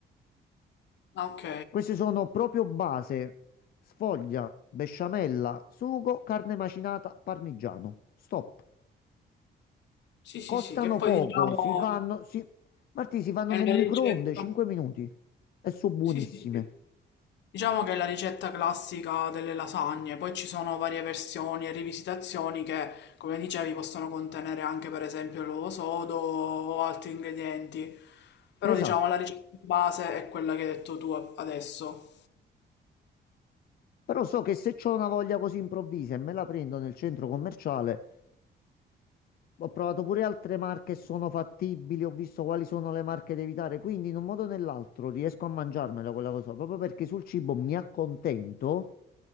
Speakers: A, on the left; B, on the left.
A: ah, ok.
B: Queste sono proprio base, sfoglia, besciamella, sugo, carne macinata, parmigiano. Stop.
A: Sì, sì,
B: Costano
A: sì, che poi
B: poco,
A: diciamo...
B: si fanno, si... Martì, si fanno
A: È
B: nel
A: la
B: microonde
A: ricetta,
B: 5 minuti e sono buonissime.
A: sì, sì, sì. Diciamo che è la ricetta classica delle lasagne, poi ci sono varie versioni e rivisitazioni che, come dicevi, possono contenere anche per esempio l'uovo sodo o altri ingredienti, però
B: Esatto.
A: diciamo la ricetta base è quella che hai detto tu adesso.
B: Però so che se ho una voglia così improvvisa e me la prendo nel centro commerciale, ho provato pure altre marche e sono fattibili, ho visto quali sono le marche da evitare, quindi in un modo o nell'altro riesco a mangiarmela quella cosa, proprio perché sul cibo mi accontento.